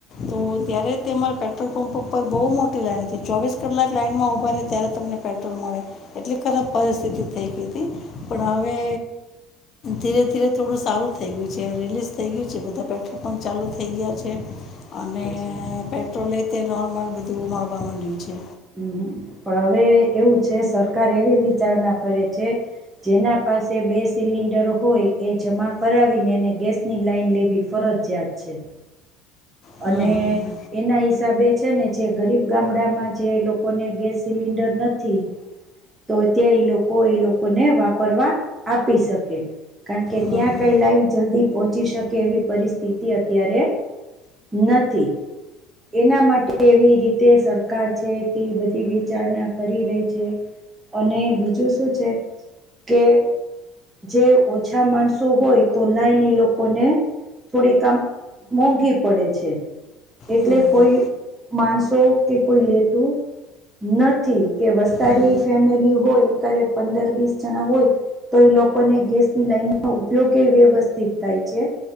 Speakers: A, on the left (about 45°); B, on the right (about 15°).
A: તો ત્યારે તે તમારા પેટ્રોલ પંપ પર બહુ મોટી લાઈન હતી ચોવીસ કલાક લાઈન માં ઉભા ત્યારે પેટ્રોલ મળે એટલી ખરાબ પરિસ્થિતિ થઈ ગઈ હતી પણ હવે ધીરે ધીરે થોડું સારું થઈ ગયું છે રિલીઝ થઈ ગયું છે બધા પેટ્રોલ પંપ ચાલુ થઈ ગયા છે અને
B: અચ્છા અચ્છા
A: પેટ્રોલે તે નોર્મલ બધું મળવા માંડ્યું છે
B: હમ્મ પણ હવે એવું છે સરકાર એવી વિચારણા કરે છે જેના પાસે બે સિલિન્ડર હોય એ જમા કરાવીને એને ગેસની લાઈન લેવી ફરત ફરત જીયાત છે
A: હમ
B: અને
A: હમ
B: એના હિસાબે છે ને જે ગરીબ ગામડા માં જે લોકોને ગેસ સિલિન્ડર નથી તો ત્યાં ઈ લોકો ઈ લોકોને વાપરવા આપી શકે કારણ કે
A: હમ
B: ત્યાં
A: હમ
B: કઈ લાઈન જલ્દી પહોંચી શકે એવી પરિસ્થિતિ અત્યારે નથી એના માટે એવી રીતે સરકાર છે કે બધી વિચારણા કરી રહી છે અને બીજું શું છે કે જે ઓછા માણસો હોય તો લાઈની લોકોને થોડી કામ મોંઘી પડે છે એટલે
A: હમ
B: કોઈ માણસો કે કોઈ લેતું નથી કે વસ્તારી
A: હમ
B: ફેમિલી હોય કરે પંદર વીસ જણા હોય તો એ લોકોને ગેસની લાઈન ન ઉપયોગ એ વ્યવસ્થિત થાય છે